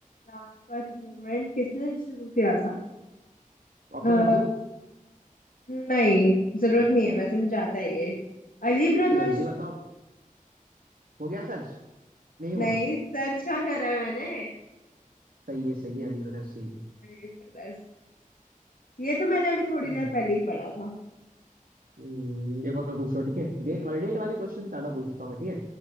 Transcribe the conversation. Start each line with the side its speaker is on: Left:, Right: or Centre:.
Left: लाफत मोमेंट किसने शुरू किया था अ,
Right: ऑप्शंस दूं
Left: नहीं जरूरत नहीं है वैसे मुझे आता है ये अली ब्रदर्स
Right: तो जल्दी बताओ हो गया सर्च नहीं हुआ
Left: नहीं सर्च कहाँ करा है मैंने
Right: सही है सही है अली बदर सही है
Left: अली ब्रदर्स ये तो मैंने अभी थोड़ी
Right: हम्म,
Left: देर पहले ही पढ़ा था
Right: हम्म, एक और पूछो ठीक है डेट वाले डेट वाले क्वेश्चन ज्यादा पूछता हूँ ठीक है